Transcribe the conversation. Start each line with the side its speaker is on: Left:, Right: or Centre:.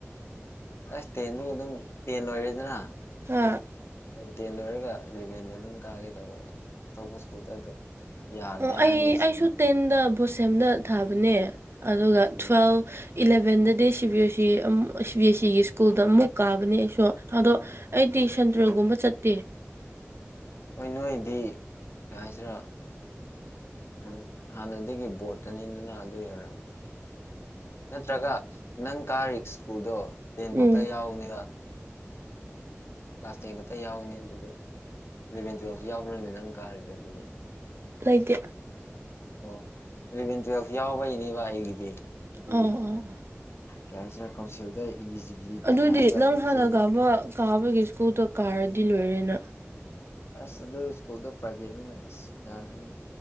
Left: ꯑꯁ ꯇꯦꯟꯗꯒꯤ ꯑꯗꯨꯝ ꯇꯦꯟ ꯂꯣꯏꯔꯗꯅ
Right: ꯍꯥ
Left: ꯇꯦꯟ ꯂꯣꯏꯔꯒ ꯏꯂꯚꯦꯟꯗ ꯑꯗꯨꯝ ꯀꯥꯒꯦ ꯇꯧꯕ ꯑꯇꯣꯞꯄ ꯁ꯭ꯀꯨꯜꯗ ꯑꯗꯣ ꯌꯥꯗꯦ
Right: ꯑꯣ ꯑꯩ
Left: ꯍꯥꯏꯅꯤꯁꯦ
Right: ꯑꯩꯁꯨ ꯇꯦꯟꯗ ꯕꯣꯁꯦꯝꯗ ꯊꯥꯕꯅꯦ ꯑꯗꯨꯒ
Left: ꯎꯝ
Right: ꯊꯨꯋꯦꯜ ꯏꯂꯕꯦꯟꯗꯗꯤ C B S um C B S ꯁꯤꯒꯤ ꯁ꯭ꯀꯨꯜꯗ ꯑꯃꯨꯛ ꯀꯥꯕꯅꯦ ꯑꯩꯁꯨ ꯑꯗꯣ ꯑꯩꯗꯤ ꯁꯟꯗ꯭ꯔꯒꯨꯝꯕ ꯆꯠꯇꯦ
Left: ꯍꯣꯏ ꯅꯣꯏꯗꯤ ꯀꯩ ꯍꯥꯏꯁꯤꯔꯥ ꯎꯝ ꯍꯥꯟꯅꯗꯒꯤ ꯕꯣꯔꯠꯇꯅꯤꯗꯅ ꯑꯗꯨꯏ ꯑꫭꯏꯔꯝꯅꯤ ꯅꯠꯇ꯭ꯔꯒ ꯅꯪ ꯀꯥꯔꯤꯛ ꯁ꯭ꯀꯨꯜꯗꯣ ꯇꯦꯟ ꯐꯥꯎꯇ
Right: ꯎꯝ
Left: ꯌꯥꯎꯅꯦꯕ ꯀ꯭ꯂꯥꯁ ꯇꯦꯟ ꯈꯛꯇ ꯌꯥꯎꯕꯅꯤ ꯑꯗꯨꯗꯤ ꯏꯂꯚꯦꯟ ꯇꯨꯌꯦꯜꯐ ꯌꯥꯎꯕ꯭ꯔꯅꯤ ꯅꯪ ꯀꯥꯔꯤꯗꯣ ꯑꯗꯨꯗꯤ
Right: ꯂꯩꯇꯦ
Left: ꯑꯣ ꯏꯂꯚꯦꯟ ꯇꯨꯋꯦꯜꯐ ꯌꯥꯎꯕꯩꯅꯦꯕ ꯑꯩꯒꯤꯗꯤ
Right: ꯑꫭ
Left: ꯑꯗꯨꯒꯤ
Right: ꯑꫭ ꯑꫭ
Left: ꯀꯩ ꯍꯥꯏꯁꯤꯔ ꯀꯥꯎꯟꯁꯤꯜꯗ ꯏꯂꯤꯖꯤꯕꯤꯂꯤꯇꯤ
Right: ꯑꯗꯨꯗꯤ
Left: ꯍꯥꯏꯕ꯭ꯔꯥ
Right: ꯅꯪ
Left: ꯑꯗꯨ
Right: ꯍꯥꯟꯅ
Left: ꯆꯦ
Right: ꯀꯥꯕ ꯀꯥꯕꯒꯤ ꯁ꯭ꯀꯨꯜꯗꯣ ꯀꯥꯔꯗꯤ ꯂꯣꯏꯔꯦꯅ
Left: ꯑꯁ ꯑꯗꯨ ꯁ꯭ꯀꯨꯜꯗꫭ ꯄ꯭ꯔꯥꯏꯚꯦꯠꯅꯤꯅ ꯑꯁ ꯌꯥꯗꯦꯅꯦ